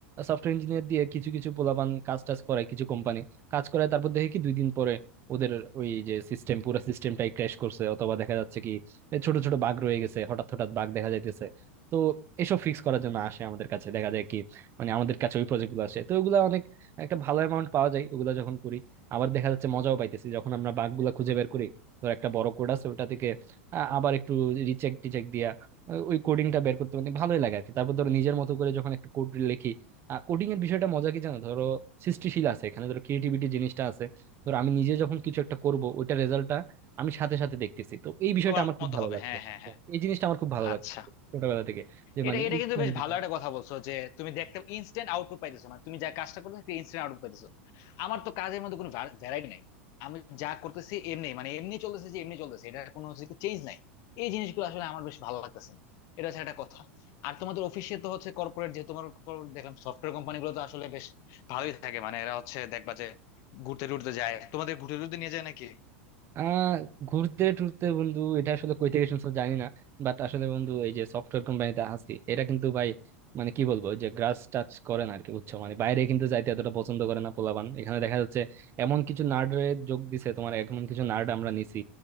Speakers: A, on the right; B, on the left.
A: সফটওয়্যার ইঞ্জিনিয়ার দিয়ে কিছু কিছু পোলাপান কাজ টাজ করায় কিছু কোম্পানি কাজ করায় তারপর দেখি কি দুই দিন পরে ওদের ওই যে সিস্টেম পুরো সিস্টেমটাই ক্র্যাশ করছে অথবা দেখা যাচ্ছে কি এ ছোট ছোট বাগ রয়ে গেছে হঠাৎ হঠাৎ বাগ দেখা যাইতেছে তো এসব ফিক্স করার জন্য আসে আমাদের কাছে দেখা যায় কি মানে আমাদের কাছে ওই প্রজেক্ট গুলো আসে তো ওগুলা অনেক একটা ভালো অ্যামাউন্ট পাওয়া যায় ওগুলা যখন করি আবার দেখা যাচ্ছে মজাও পাইতেছি যখন আমরা বাগ গুলা খুঁজে বের করি ধর একটা বড় কোড আছে ওটা থেকে আ- আবার একটু রিচেক টিচেক দিয়া আহ, ওই কোডিংটা বের করতে অনেক ভালোই লাগে আর কি তারপর ধরো নিজের মতো করে যখন একটা কোড লিখি কোডিং এর বিষয়টা মজা কি জানো ধরো সৃষ্টিশীল আছে এখানে ধরো ক্রিয়েটিভিটি জিনিসটা আছে ধর আমি নিজে যখন কিছু একটা করব ওইটার রেজাল্টটা আমি সাথে সাথে দেখতেছি তো এই বিষয়টা
B: তোমার
A: আমার খুব
B: মতো
A: ভালো
B: হবে
A: লাগতো
B: হ্যাঁ হ্যাঁ হ্যাঁ
A: এই জিনিসটা আমার খুব ভালো
B: আচ্ছা
A: লাগতো ছোটবেলা থেকে যে
B: এটা
A: মানে
B: এটা
A: ইনস্ট্যান্ট
B: কিন্তু বেশ
A: যেটা
B: ভালো একটা কথা বলছো যে তুমি দেখতে ইনস্ট্যান্ট আউটপুট পাইতেছো মানে তুমি যা কাজটা করতেছো ইনস্ট্যান্ট আউটপুট পাইতেছো আমার তো কাজের মধ্যে কোনো ভ্যারাইটি নাই আমি যা করতেছি এমনি মানে এমনি চলতেছে যে এমনি চলতেছে এটা কোনো হচ্ছে চেঞ্জ নাই এই জিনিসগুলো আসলে আমার বেশ ভালো লাগতেছে না এটা হচ্ছে একটা কথা আর তোমাদের অফিসে তো হচ্ছে কর্পোরেট যে তোমার কর- দেখলাম সফটওয়্যার কোম্পানি গুলো তো আসলে বেশ ভালোই থাকে মানে এরা হচ্ছে দেখবা যে ঘুরতে টুরতে যায় তোমাদের ঘুরতে টুরতে নিয়ে যায় নাকি
A: আহ ঘুরতে টুরতে বন্ধু এটা আসলে কই থেকে শুনছো জানি না বাট আসলে বন্ধু এই যে সফটওয়্যার কোম্পানিতে আছি এটা কিন্তু ভাই মানে কি বলবো ওই যে গ্রাস টাচ করে না আরকি বুঝছো মানে বাইরে কিন্তু যাইতে এতটা পছন্দ করে না পোলাপান এখানে দেখা যাচ্ছে এমন কিছু নার্ডের যোগ দিছে তোমার এমন কিছু নার্ড আমরা নিছি